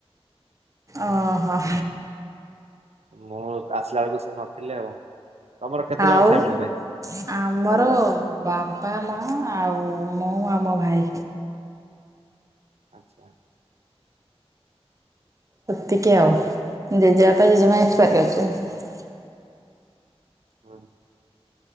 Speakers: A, on the right (about 30°); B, on the right (about 85°).
A: ଓ ହୋ।
B: ମୁଁ ଆସିଲା ବେଳକୁ ସେ ନଥିଲେ ଆଉ। ତମର କେତେ
A: ଆଉ
B: ଜଣ ଫ୍ୟାମିଲିରେ
A: ଆମର
B: ପରିବାରରେ?
A: ବାପା ମା ଆଉ ମୁଁ ଆଉ ମ ଭାଇ।
B: ଆଛା।
A: କତିକି ଆଉ ଜେଜେବାପା ଜେଜେମା ଏକ୍ସପାର କରିଚନ୍ତି।
B: ହଁ।